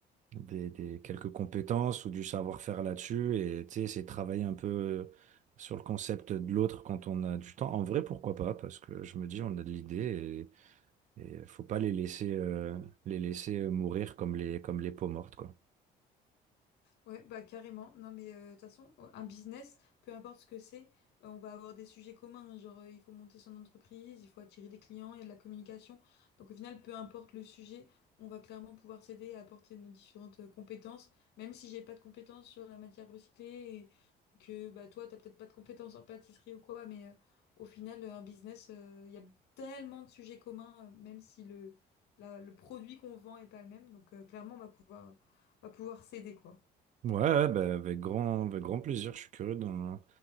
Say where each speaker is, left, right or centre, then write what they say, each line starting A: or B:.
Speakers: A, on the right; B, on the left.
A: des, des- quelques compétences ou du savoir-faire là-dessus et tu sais, c'est travailler un peu euh, sur le concept de l'autre quand on a du temps. En vrai, pourquoi pas? Parce que je me dis, on a de l'idée et, et faut pas les laisser, euh, les laisser euh, mourir comme les, comme les peaux mortes, quoi.
B: Ouais, bah carrément. Non, mais euh, de toute façon, euh, un business, peu importe ce que c'est, euh, on va avoir des sujets communs. hein. Genre, euh, il faut monter son entreprise, il faut attirer des clients, il y a de la communication. Donc, au final, peu importe le sujet, on va clairement pouvoir s'aider et apporter nos différentes euh, compétences. Même si j'ai pas de compétences sur la matière recyclée et que bah, toi, t'as peut-être pas de compétences en pâtisserie ou quoi, mais euh, au final, euh, un business, euh, il y a tellement de sujets communs, euh, même si le, la- le produit qu'on vend est pas le même. Donc, euh, clairement, on va pouvoir, on va pouvoir s'aider, quoi.
A: Ouais, ouais, bah, avec grand, avec grand plaisir. Je suis curieux d'en,